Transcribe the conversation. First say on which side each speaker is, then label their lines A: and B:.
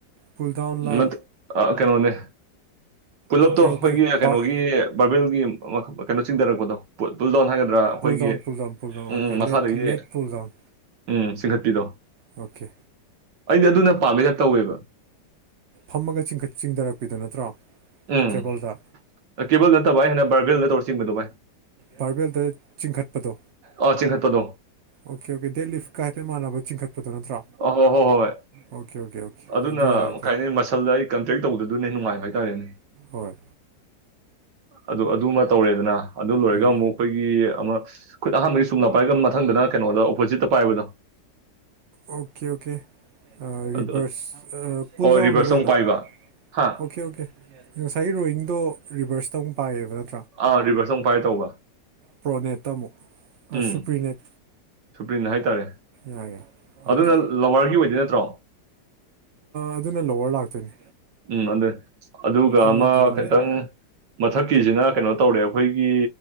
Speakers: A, on the right; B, on the right.
A: ꯄꯨꯜ ꯗꯥꯎꯟꯂ
B: ꯅ ꯀꯩꯅꯣꯅꯦ ꯄꯨꯂꯞꯇꯣ
A: ꯑꯣꯀꯦ ꯑꯣꯀꯦ
B: ꯑꯩꯈꯣꯏꯒꯤ ꯀꯩꯅꯣꯒꯤ
A: ꯕꯥꯔ
B: ꯕꯥꯔꯕꯦꯜꯒꯤ ꯀꯩꯅꯣ ꯆꯤꯡꯊꯔꯛꯄꯗꯣꯜꯗꯥꯎ ꯍꯥꯏꯒꯗ ꯅ꯭ꯔꯥ ꯑꯩꯈꯣꯏꯒꯤ
A: pull down pull down ꯄꯨꯜ ꯗꯥꯎꯟ
B: ꯎꯝ
A: okay
B: ꯃꯈꯥꯗꯒꯤ
A: ꯂꯦꯠ ꯂꯦꯠ ꯄꯨꯜ ꯗꯥꯎꯟ
B: ꯎꯝ ꯆꯤꯡꯈꯠꯄꯤꯗꯣ
A: ꯑꯣꯀꯦ
B: ꯑꯩꯗꯤ ꯑꯗꯨꯅ ꯄꯥꯝꯕꯩꯗ ꯇꯧꯋꯦꯕ
A: ꯐꯝꯃꯒ ꯆꯤꯡꯊꯔꯛꯄꯤꯗꯨꯣ ꯅꯠꯇ꯭ꯔꯣ
B: ꯎꯝ
A: ꯀꯦꯕꯜꯗ
B: ꯀꯦꯕꯜ ꯅꯠꯇꯕ ꯚꯥꯏ ꯍꯦꯟꯅ ꯕꯥꯔꯒꯜꯗ ꯇꯧꯔ ꯆꯤꯡꯕꯗꯨꯣ ꯚꯥꯏ
A: ꯄꯥꯔꯕꯦꯜꯗ ꯆꯤꯡꯈꯠꯄꯗꯣ
B: ꯑꯥ ꯆꯤꯡꯈꯠꯄꯗꯣ
A: ꯑꯣꯀꯦ ꯑꯣꯀꯦ ꯗꯦꯠ ꯂꯤꯐ ꯀ ꯍꯥꯏꯐꯦꯠ ꯃꯥꯟꯅꯕ ꯆꯤꯡꯈꯠꯄꯗꯣ ꯅꯠꯇ꯭ꯔꯣ
B: ꯑ ꯍꯣꯏ ꯍꯣꯏ ꯍꯣꯏ
A: ꯑꯣꯀꯦ ꯑꯣꯀꯦ ꯑꯣꯀꯦ
B: ꯑꯗꯨꯅ
A: ꯑꯗꯨ ꯌꯥꯏ ꯑꯗꯨ
B: ꯀꯥꯏꯅꯤ ꯃꯁꯜꯗ ꯑꯩ ꯀꯟꯇꯦꯛ ꯇꯧꯕꯗꯗꯨꯅꯦ ꯅꯨꯡꯉꯥꯏꯕ ꯍꯥꯏꯇꯥꯔꯦꯅꯦ
A: ꯍꯣꯏ
B: ꯑꯗꯨ ꯑꯗꯨꯃ ꯇꯧꯔꯦꯗꯅ ꯑꯗꯨ ꯂꯣꯏꯔꯒ
A: ꯎꯝ
B: ꯑꯃꯨꯛ ꯑꯩꯈꯣꯏꯒꯤ ꯑꯃ ꯈꯨꯠ ꯑꯍꯥꯟꯕꯒꯤ ꯆꯨꯝꯅ ꯄꯥꯏꯒ ꯃꯊꯪꯗꯅ ꯀꯩꯅꯣꯗ ꯑꯣꯄꯣꯖꯤꯠꯇ ꯄꯥꯏꯕꯗꯣ
A: ꯑꯣꯀꯦ ꯑꯣꯀꯦ ꯔꯤꯚꯔꯁ
B: ꯑꯗꯨ
A: ꯄꯨꯜ
B: ꯑꯣ
A: ꯗꯥꯎꯟꯗꯣ
B: ꯔꯤꯚꯔꯁꯇ
A: ꯀꯩꯅꯣ
B: ꯑꯃꯨꯛ ꯄꯥꯏꯕ ꯍꯥ
A: ꯑꯣꯀꯦ ꯑꯣꯀꯦ ꯉꯁꯥꯏꯒꯤ ꯔꯣꯋꯤꯡꯗꯣ ꯔꯤꯚꯔꯁ ꯇꯧꯨ ꯄꯥꯏꯌꯦꯕ ꯅ
B: ꯑꯥ ꯔꯤꯚꯔꯁ ꯑꯃꯨꯛ ꯄꯥꯏ ꯇꯧꯕ
A: ꯄ꯭ꯔꯣꯅꯦꯠꯇ ꯑꯃꯨꯛ
B: ꯎꯝ
A: ꯁꯨꯄ꯭ꯔꯤꯅꯦꯠ
B: ꯁꯨꯄ꯭ꯔꯤꯟ ꯍꯥꯏꯇꯥꯔꯦ
A: ꯌꯥꯏ ꯌꯥꯏ ꯑꯣꯀꯦ
B: ꯑꯗꯨꯅ ꯂꯋꯥꯔꯒꯤ ꯑꯣꯏꯗꯣꯏ ꯅꯠꯇ꯭ꯔꯣ
A: ꯑꯗꯨꯅ ꯂꯣꯋꯔ ꯂꯥꯛꯇꯣꯏꯅꯤ
B: ꯎꯝ ꯑꯗꯨ ꯑꯗꯨꯒ
A: ꯑꯃꯗꯨꯅ
B: ꯑꯃ ꯈꯤꯇꯪ
A: ꯃꯤꯠ
B: ꯃꯊꯛꯀꯤꯁꯤꯅ ꯀꯩꯅꯣ ꯇꯧꯔꯦ ꯑꯩꯈꯣꯏꯒꯤ